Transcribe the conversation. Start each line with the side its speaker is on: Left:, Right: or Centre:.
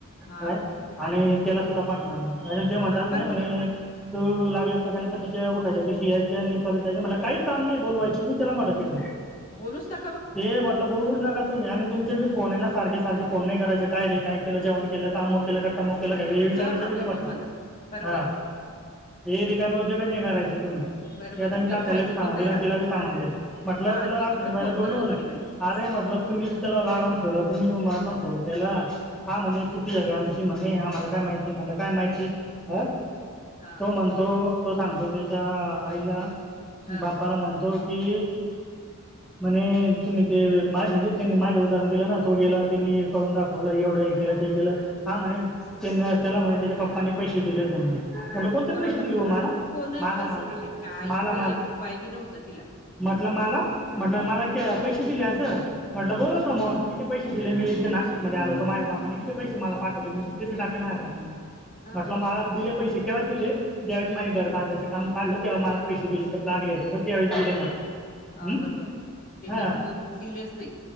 Left: हा
Centre: का आणि त्याला सुद्धा पाठवणार अून ते म्हणतात
Left: हा
Centre: नाही
Left: बरोबर
Centre: म्हणे
Left: आहे
Centre: तू लागले तिच्या उठायच्या दिवशी यायच्या आणि परत जायचे म्हटलं काही काम नाही बोलवायचेच मी त्याला म्हणत तिकडे
Left: बोलूच ना
Centre: ते म्हटलं बोलूच नका तुम्ही आणि तुमचे फोन आहे ना सारखे सारखे फोन नाही करायचे काय रे काय केलं जेण केलं कामक केलं का टमक केलं काय हे विचाराच
Left: सगळं खातो
Centre: बी नाही म्हटलं
Left: तो म्हणा बरोबर
Centre: हा
Left: आहे
Centre: हे रिकाम उद्योगच नाही करायचे तुम्हाला
Left: बरोबर
Centre: ते आता मी
Left: बिन
Centre: तात्याला
Left: खायचं
Centre: बी सांगून
Left: कोण नाही
Centre: देले
Left: राहत
Centre: आणि तिला बी सांगून देई म्हटलं
Left: हा
Centre: तिला
Left: ती
Centre: अश पाहिला
Left: ती फोन
Centre: बोलून
Left: करल घडी घडी
Centre: अरे म्हट मल तुम्ही त्याला लाडवून ठेवलं तु्ही मातवून ठेव त्याला हा म्हणे चुटी झाली आमची म्हणे आम्हाला काय माहिती मला काय माहिती ह
Left: हा
Centre: तो म्हणतो तो सांगतो त्याच्या आईला
Left: हा
Centre: बापाला म्हणतो ते म्हणे तुम्ही ते मा म्हणजे त्यांनी माझे उदाहरण दिलं ना तो गेला त्यांनी करून दाखवलं ते हे केलं ते केलं हा म्हणे त्यां त्याला म्हणे त्याच्या पप्पानी पैसे दिले होते म्हणे म्हटलं कोणते
Left: कोणाला
Centre: पैसे दिले हो मला
Left: कोण
Centre: मला
Left: पैसे
Centre: मला
Left: दिले काहीच
Centre: मला
Left: नाही
Centre: मला
Left: एक रुपया बी नव्हता दिला
Centre: म्हटलं मला म्हटलं मला पैसे दिले असं म्हटलं बोला समोर किती पैसे दिले मी इथे नाशिकमध्ये आलोतो
Left: खाली
Centre: माझ बापानी किती पैसे मला पाठवले मी तिथच टाकले माझ बापाने
Left: हा
Centre: म्हटलं
Left: बरोबर
Centre: मला
Left: आहे
Centre: दिले पैसे केव्हा दिले ज्यावेळेस
Left: हा,
Centre: माझे घर बांधायचे काम काढलं तेव्हा मला पैसे दिले तर प्लॅट घ्यायचे हो त्यावेळे दिले म्हटलं
Left: हा
Centre: हं
Left: बरबर त्याच्यात
Centre: हां
Left: तू दिलेच नाही